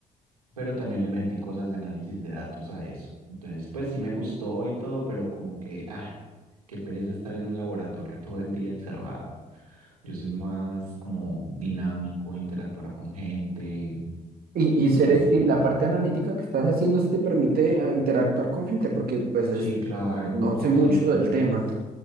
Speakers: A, on the right; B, on the right.
A: pero también le metí cosas de análisis de datos a eso. Entonces, pues sí me gustó y todo, pero como que, ah, qué pereza estar en un laboratorio todo el día encerrado. Yo soy más como dinámico, interactuar con gente
B: Y, y, ser-
A: y así.
B: y la parte analítica que estás haciendo si te permite ah, interactuar con gente, porque pues es-
A: Sí, claro,
B: no sé mucho
A: sí,
B: del tema.